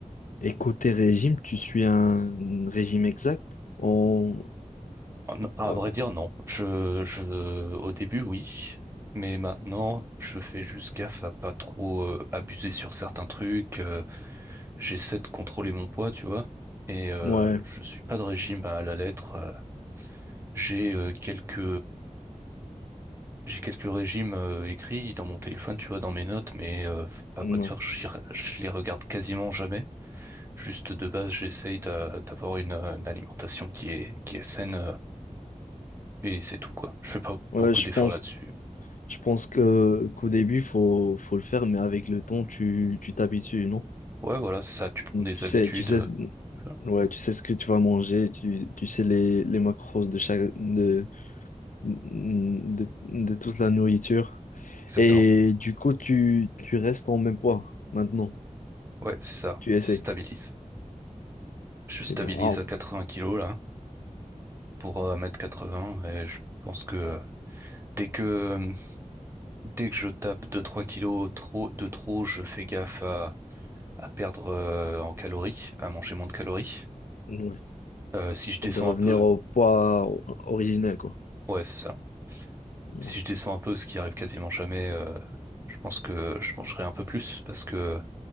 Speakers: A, on the left; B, on the right.
A: et côté régime, tu suis un régime exact? On...
B: En- À
A: on-
B: vrai dire, non. Je, je, au début, oui. Mais maintenant, je fais juste gaffe à pas trop euh, abuser sur certains trucs. euh, j'essaie de contrôler mon poids, tu vois. Et euh,
A: Ouais,
B: je suis pas de régime à la lettre. euh, j'ai euh, quelques J'ai quelques régimes euh, écrits dans mon téléphone, tu vois, dans mes notes, mais euh, à
A: ouais.
B: vrai dire, j'y re- je les regarde quasiment jamais. Juste de base, j'essaye d'a- d'avoir une, euh, une alimentation qui est, qui est saine euh, et c'est tout, quoi. Je fais pas
A: Ouais,
B: beaucoup
A: je
B: d'efforts
A: pense,
B: là-dessus.
A: je pense que qu'au début, faut, faut le faire, mais avec le temps, tu, tu t'habitues, non?
B: Ouais, voilà, c'est ça. Tu prends des
A: Tu
B: habitudes.
A: sais, tu sais,
B: euh, voilà,
A: ouais, tu sais ce que tu vas manger, tu, tu sais les, les macros de chaque, de, de, de toute la nourriture.
B: exactement.
A: Et du coup, tu, tu restes en même poids maintenant.
B: Ouais, c'est ça.
A: Tu
B: Ça
A: essaies.
B: stabilise. Je
A: C'est
B: stabilise
A: bien. Ah,
B: à 80 kilos, là, pour euh, 1m80 et je pense que euh, dès que, dès que je tape deux trois kilos trop, de trop, je fais gaffe à. à perdre euh, en calories, à manger moins de calories.
A: ouais.
B: Euh, si je descends
A: Et de revenir
B: un peu,
A: au poids o- originel, quoi.
B: ouais, c'est ça.
A: Ouais,
B: Si je descends un peu, ce qui arrive quasiment jamais, euh, je pense que je mangerai un peu plus parce que